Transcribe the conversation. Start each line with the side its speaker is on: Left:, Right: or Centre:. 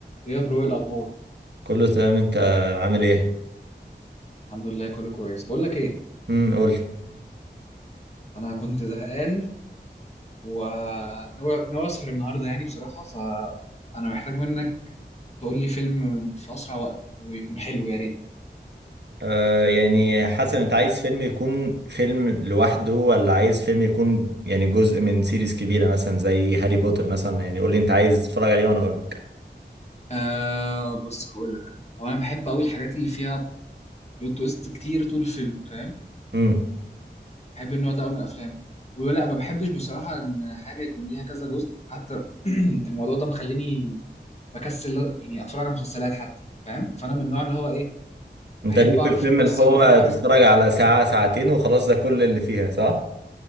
Left: ايه يا برو إيه الاخبار
Right: كله تمام انت عامل ايه
Left: الحمد لله كله كويس بقول لك ايه
Right: امم قول
Left: انا كنت زهقان وناوي ناوي اسهر النهارده يعني بصراحه فانا محتاج منك تقول لي فيلم في اسرع وقت ويكون حلو يا ريت
Right: آه يعني حسب انت عايز فيلم يكون فيلم لوحده ولا عايز فيلم يكون يعني جزء من سيريز كبيرة مثلا زي هاري بوتر مثلا يعني قول لي انت عايز تتفرج عليه وانا اقول لك
Left: آه بص هقول لك هو انا بحب قوي الحاجات اللي فيها بلوت تويست كتير طول الفيلم فاهم
Right: امم
Left: بحب النوع ده قوي من الافلام ولا ما بحبش بصراحه ان حاجه يكون ليها كذا جزء حتى <clears throat> الموضوع ده مخليني بكسل يعني اتفرج على مسلسلات حتى فاهم فانا من النوع اللي هو ايه
Right: انت
Left: بحب
Right: ليك
Left: اعرف
Right: في الفيلم
Left: القصه
Right: اللي هو
Left: وبحب اعرف
Right: تتفرج على ساعة ساعتين وخلاص ده كل اللي فيها صح